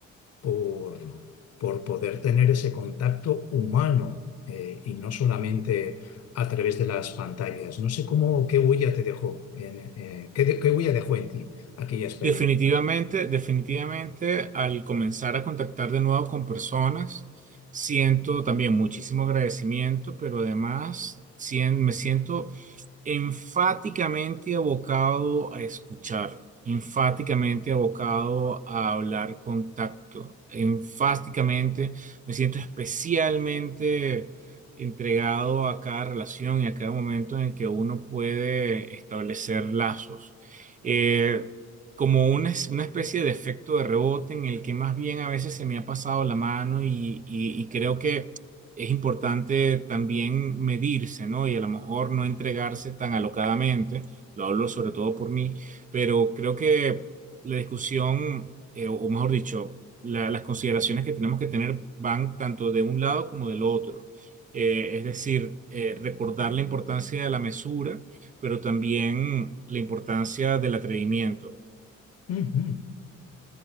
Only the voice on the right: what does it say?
Definitivamente, definitivamente, al comenzar a contactar de nuevo con personas, siento también muchísimo agradecimiento, pero además sien- me siento Enfáticamente abocado a escuchar, enfáticamente abocado a hablar con tacto, enfáticamente me siento especialmente entregado a cada relación y a cada momento en el que uno puede establecer lazos. Eh, como una, es- una especie de efecto de rebote en el que más bien a veces se me ha pasado la mano y, y y creo que es importante también medirse, ¿no? Y a lo mejor no entregarse tan alocadamente, lo hablo sobre todo por mí, pero creo que la discusión, eh, o mejor dicho, la- las consideraciones que tenemos que tener van tanto de un lado como del otro. Eh, es decir, eh, recordar la importancia de la mesura, pero también la importancia del atrevimiento.